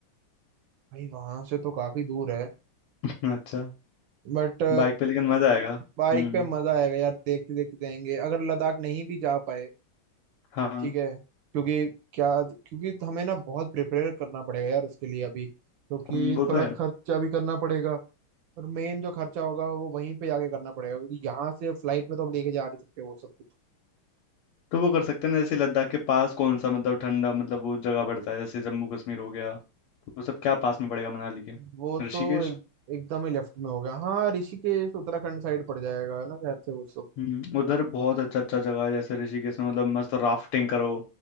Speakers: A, on the right; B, on the left.
A: भाई वहां से तो काफी दूर है
B: अच्छा
A: बट
B: बाइक पे लेकिन मजा आएगा
A: बाइक
B: हम्म
A: पे मजा आएगा यार देखते देखते जाएंगे अगर लद्दाख नहीं भी जा पाए
B: हाँ
A: ठीक है क्योंकि क्या क्योंकि हमें ना बहुत प्रिपेयर करना पड़ेगा यार उसके लिए अभी क्योंकि
B: हम्म, वो तो
A: थोड़ा
B: है
A: खर्चा भी करना पड़ेगा और मेन जो खर्चा होगा वो वहीं पे जाके करना पड़ेगा क्योंकि यहाँ से फ्लाइट में तो हम लेके जा नहीं सकते वो सब कुछ
B: तो वो कर सकते हैं ना जैसे लद्दाख के पास कौन सा मतलब ठंडा मतलब वो जगह पड़ता है जैसे जम्मू कश्मीर हो गया वो सब क्या पास में पड़ेगा मनाली के
A: वो
B: ऋषिकेश
A: तो एक, एकदम ही लेफ्ट में हो गया हाँ ऋषिकेश उत्तराखंड साइड पड़ जाएगा है ना शायद से वो सब
B: हम्म उधर बहुत अच्छा अच्छा जगह है जैसे ऋषिकेश में मतलब मस्त राफ्टिंग करो